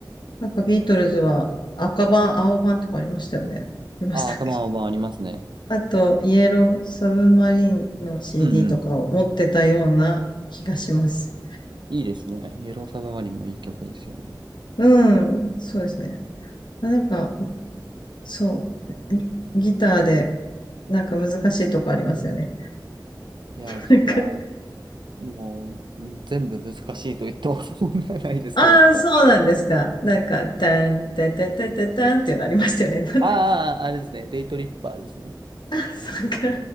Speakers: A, on the left; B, on the right.
A: なんかビートルズは赤版、青版とかありましたよね。ありましたっけ
B: あ、カバンオーバーありますね。
A: あと、イエローサブマリンの CD
B: うんうん。
A: とかを持ってたような気がします。
B: いいですね。イエローサブマリンもいい曲ですよね。
A: うん、そうですね。なんか、そう、ギギターで、なんか難しいとこありますよね。
B: いやー、ギター、
A: なんか
B: もううん全部難しいと言っても問題ないですけど、
A: ああ、
B: ギターは。
A: そうなんですか。
B: なん
A: なんか、たん、
B: か
A: たたたたたんっていうのありましたよね。<laughs> なんだか、
B: ああ、あれですね。デイトリッパーですね。
A: そうか、